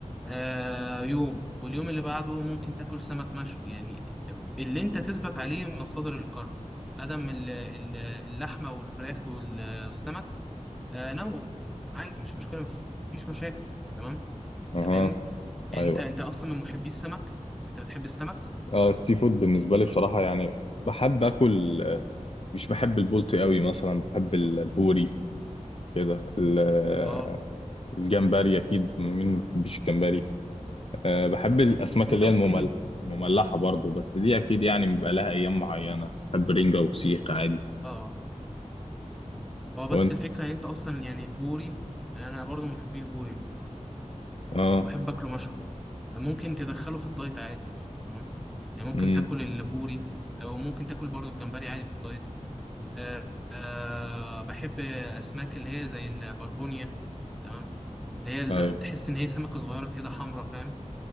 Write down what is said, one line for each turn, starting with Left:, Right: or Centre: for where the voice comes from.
Centre: آه يوم واليوم اللي بعده ممكن تاكل سمك مشوي يعني اللي انت تثبت عليه مصادر الكرب ادم ال- ال- اللحمه والفراخ وال- والسمك آه، نوع عادي مش مشكله مفيش مشاكل تمام
Left: اها
Centre: انت فاهمني يعني
Left: ايوه
Centre: انت انت اصلا من محبي السمك انت بتحب السمك
Left: اه السي فود بالنسبه لي بصراحه يعني بحب اكل آه، مش بحب البلطي قوي مثلا بحب البوري كده ال- آه،
Centre: اه
Left: الجمبري اكيد مين ما بيحبش الجمبري أه بحب الاسماك
Centre: انت
Left: اللي هي
Centre: ممكن
Left: الممل مملحه برضو بس دي اكيد يعني بيبقى لها ايام معينه بحب رنجه وفسيخ عادي
Centre: اه اه بس
Left: وانت
Centre: الفكره ان انت اصلا يعني البوري انا برضو من محبي البوري
Left: اه
Centre: وبحب اكله مشوي ممكن تدخله في الدايت عادي تمام يعني ممكن
Left: امم
Centre: تاكل البوري او ممكن تاكل برضو الجمبري عادي في الدايت آه آه بحب أسماك اللي هي زي البربونيا تمام اللي هي ال-
Left: ايوه
Centre: تحس إن هي سمكة صغيرة كده حمرا فاهم